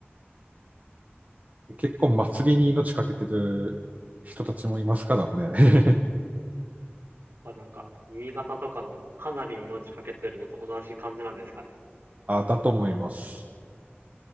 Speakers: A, on the right (about 40°); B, on the right (about 65°).
A: 結構祭りに命かけてる人たちもいますからね。
B: うんあ、なんか、新潟とかの花火に命かけてるのと同じ感じなんですかね。
A: <laughs> あ、だと思います。